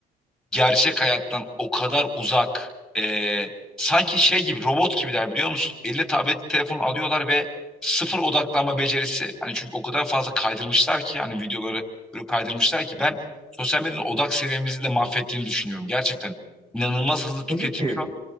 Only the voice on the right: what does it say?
Evet.
Peki ki